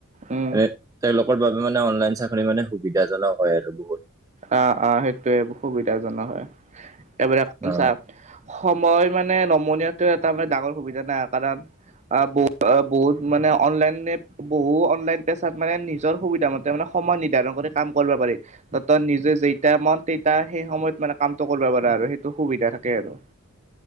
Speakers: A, on the right; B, on the right.
A: উম।
B: এ তেওঁলোকৰ বাবে। মানে অনলাইন চাকৰি মানে সুবিধাজনক হয় আৰু বহুত
A: অহ', অহ' সেইটোয়ে সুবিধাজনক হয়। একেবেৰে খৰিচা।
B: অ
A: সময় মানে নমনিয়াতটো এটা মানে ডাঙৰ সুবিধা নাই কাৰণ আহ, বহু-বহুত মানে অনলাইনে, বহুত অনলাইন পেছাত মানে, নিজৰ সুবিধা মতে মানে। সময় নিৰ্ধাৰণ কৰি কাম কৰিব পাৰি ত'ত নিজে যেইয়া মন, তেইয়া সেই সময়ত মানে কামটো কৰিব পাৰা আৰু। সেইটো সুবিধা থাকে আৰু।